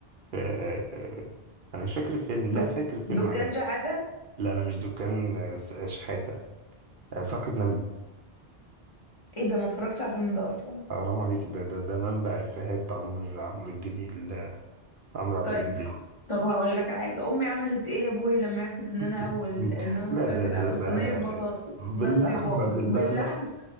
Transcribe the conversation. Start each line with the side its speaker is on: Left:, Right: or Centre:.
Right: آه انا مش فاكر الفيلم
Left: دك-
Right: لا فاكر الفيلم
Left: دكان شحاتة
Right: لا لا مش دكان آه، س- آه، شحاتة آه، صرخة نملة
Left: ايه ده ما اتفرجش على الفيلم ده اصلا
Right: حرام عليك ده ده ده منبع إفيهات عمرو عمرو الجليل آه، عمرو عبد
Left: طيب
Right: الجليل
Left: طب هقول لك على حاجة امي عملت ايه يا ابوي لما عرفت ان
Right: <laughs>
Left: انا اول ان انا
Right: لا
Left: طلعت
Right: ده
Left: الاول
Right: ده سهل
Left: صينية
Right: أوي
Left: بطاطس
Right: باللحمة
Left: بس يا بابا
Right: باللعلة
Left: باللحمة